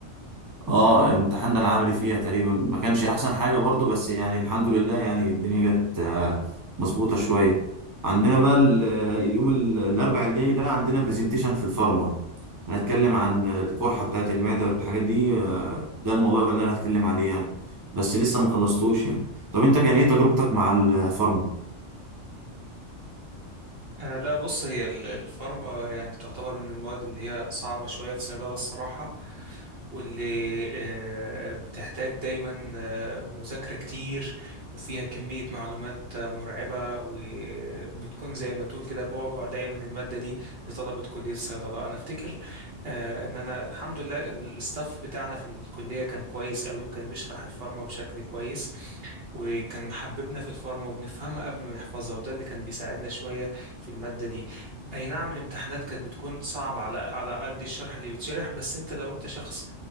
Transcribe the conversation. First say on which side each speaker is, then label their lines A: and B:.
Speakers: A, on the right (about 20°); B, on the right (about 50°).
A: اه امتحاننا العملي فيها تقريبا ما كانش احسن حاجه برضو بس يعني الحمد لله يعني الدنيا جت آه، مظبوطه شويه عندنا بقى ال- آه، يوم ال- الاربع الجاي ده عندنا برزنتيشن في الفارما هنتكلم عن القرحه بتاعت المعده والحاجات دي آه، ده الموضوع اللي انا هتكلم عليه يعني بس لسه ما خلصتوش يعني طب انت كان ايه تجربتك مع الفارما
B: آه لا بص هي ال- الفارما يعني تعتبر من المواد اللي هي صعبة شوية في صيدلة الصراحة واللي آه، بتحتاج دايما آه، مذاكرة كتير وفيها كمية معلومات آه، مرعبة وبتكون زي ما تقول كده بعبع دايما المادة دي لطلبة كلية الصيدلة أنا أفتكر آه، إن أنا الحمد لله الستاف بتاعنا في الكلية كان كويس قوي وكان بيشرح الفارما بشكل كويس وكان محببنا في الفارما وبنفهمها قبل ما نحفظها وده اللي كان بيساعدنا شوية في المادة دي اي نعم الامتحانات كانت بتكون صعبة على على قد الشرح اللي بيتشرح بس انت لو انت شخص